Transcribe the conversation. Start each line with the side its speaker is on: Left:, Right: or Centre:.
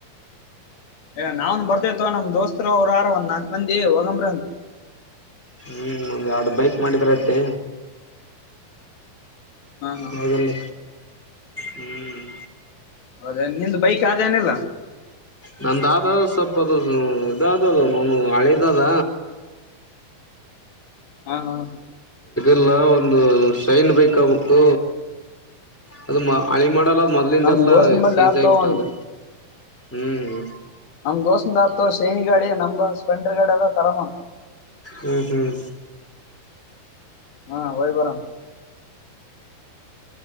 Left: ಏ ನಾವ್ನ್ ಬರ್ದೇತವ ನಮ್ ದೋಸ್ತತ್ರ ಅವರು ಯಾರ ಒಂದ್ ನಾಕ್ ಮಂದಿ ಹೋಗಂಬರೊ ಅಂತ
Centre: ಹ್ಮ್ ಒಂದ್ ಎರಡ್ ಬೈಕ್ ಮಾಡಿದ್ರತೆ
Left: ಹ ಹಾ
Centre: ಹೌದಲ್ಲ ಹ್ಮ್
Left: ಹೌದೇನ ನಿಂದ್ ಬೈಕ್ ಆದ ಏನೆಲ್ಲ
Centre: ನಂದಾದ ಸ್ವಲ್ಪ ಅದು ಇದಾದ ಅದು ನು ಹಳೆದಾದ
Left: ಹಾ ಹಾ ಹಾ
Centre: ಲ್ಲ ಒಂದು ಸೈನ್ ಬೈಕ್ ಆಬೇಕು ಅದು ಅಳಿ ಮಾಡಲ್ಲ ಮೊದ್ಲಿಂದೆಲ್ಲಾ
Left: ನಮ್ ದೋಸ್ತನ್ ಬಲ್ಲಿ
Centre: ಸೀಜ
Left: ಆತೋ
Centre: ಆಗಬಿಟ್ಟದ
Left: ಒಂದ್
Centre: ಹ್ಮ್
Left: ನಮ್ ದೋಸ್ತನದಾತೋ ಶೈನಿ ಗಾಡಿ ನಮ್ದೊ ಸ್ಪಲೆಂಡರ್ ಗಾಡಿ ಅದ ತರಮನ್
Centre: ಹ್ಮ್ ಹ್ಮ್
Left: ಹಾ ಹೋಗಿ ಬರಮ್